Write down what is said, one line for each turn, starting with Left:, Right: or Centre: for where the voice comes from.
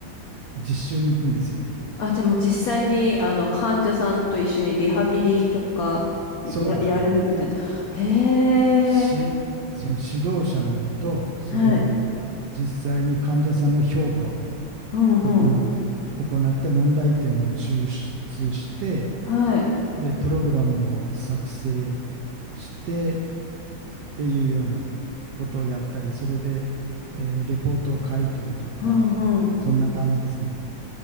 Right: 実習に行くんですよ。
Left: あ、じゃあもう実際に、あの、患者さんと一緒にリハビリとか、
Right: そ
Left: いや、
Right: そうですね。
Left: やるみたいな。へえ、
Right: し、その指導者のもと、それを実際に患者さんの評価を
Left: はい。うんうん。
Right: 行っ、行って問題点を抽出して、
Left: はい。
Right: で、プログラムを作成して、っていうようなことをやったり、それで、えーレポートを書いたりとか、
Left: うんうん。
Right: そんな感じですね。